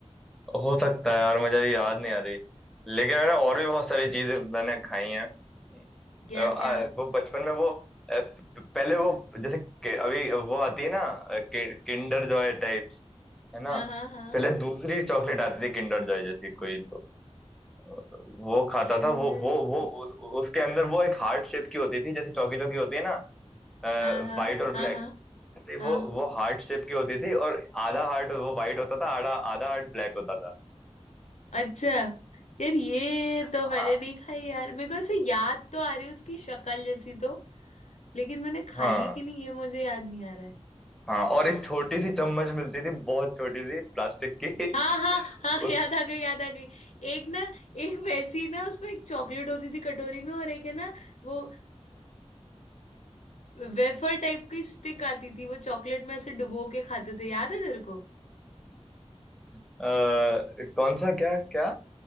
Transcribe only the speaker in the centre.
हो सकता है यार मुझे याद नहीं आ रही लेकिन मैंने और भी बहुत सारी चीजें मैंने खाई हैं
अ, आ,
वो बचपन में वो अ, प- प- पहले वो जैसे के- अभी वो आती है ना अ, कि, किंडर जॉय टाइप्स है ना
पहले दूसरी चॉकलेट आती थी किंडर जॉय जैसी कोई तो अ, वो खाता
था वो वो वो उस, उसके अंदर वो एक हार्ट शेप की होती थी जैसे चौकी चौकी होती है ना व्हाइट
और
ब्लैक
से वो
वो हार्ट शेप की होती थी और आधा हार्ट वो व्हाइट होता था आधा आधा हार्ट ब्लैक होता था
हाँ
हाँ
हाँ और एक छोटी सी चम्मच मिलती थी बहुत छोटी सी प्लास्टिक की
<laughs>
उस
अ, कौन सा क्या क्या